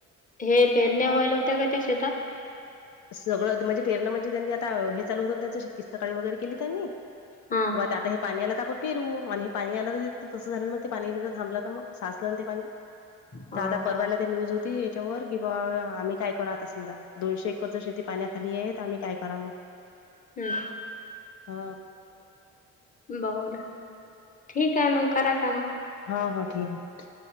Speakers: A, on the left (about 25°); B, on the left (about 75°).
A: हे पेरण्या व्हायल होत्या का त्या शेतात
B: सगळं म्हणजे पेरल म्हणजे आता हे चालू होत त्यांच शेती सकाळी वगैरे केली त्यांनी
A: हा.
B: आता हे पाणी आला तर आपण पिरू आणि हे पाणी आलं तर तसं झालं मग ते पाणी देत थांबलं तर मग साचलं ते पाणी
A: हा
B: तर आता परवायला
A: का?
B: ते न्यूज होती याच्यावर कि बा आम्ही काय करू आता समजा दोनशे एक शेती पाण्याखाली आहे आम्ही काय करा मग
A: हम्म
B: हा
A: बर ठीक आहे मग करा काम
B: हा हा ठीक आहे